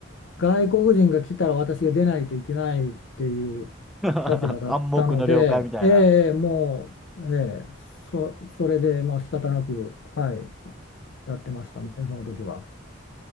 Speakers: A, on the left; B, in the centre.
A: う外国人が来たら私が出ないといけないっていう
B: <laughs>
A: 立場だったので、
B: 暗黙の了解みたいな。
A: ええ、もう、ええ、そ、それでもう仕方なく、はい、やってましたね、その時は。